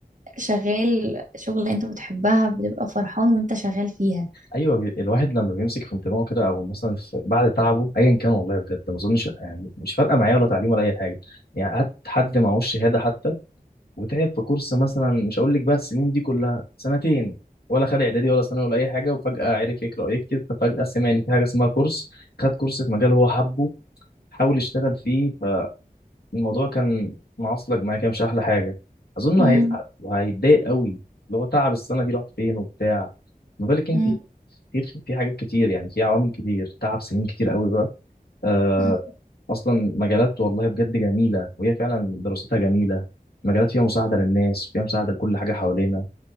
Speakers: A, on the right; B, on the left.
A: شغال شغل انت بتحبها بتبقى فرحان وانت شغال فيها
B: ايوه بي- الواحد لما بيمسك في انتباهه كده او مثلا في بعد تعبه ايا كان والله بجد ما اظنش يعني مش فارقه معايا ولا تعليم ولا اي حاجه يعني هات حد معهوش شهاده حتى وتعب في كورس مثلا مش هقول لك بقى السنين دي كلها سنتين ولا خد اعدادي ولا ثانوي ولا اي حاجه وفجاه عرف يقرا ويكتب ففجاه سمع ان في حاجه اسمها كورس خد كورس في مجال هو حبه حاول يشتغل فيه الموضوع كان معصلج معايا كده مش احلى حاجه اظن
A: امم
B: هيزعل وهيتضايق قوي اللي هو تعب السنه دي راح فين وبتاع ما بالك انت
A: مم.
B: في في حاجات كتير يعني في عوامل كتير تعب سنين كتير قوي بقى آه
A: مم.
B: اصلا مجالات والله بجد جميله وهي فعلا دراستها جميله مجالات فيها مساعده للناس وفيها مساعده لكل حاجه حوالينا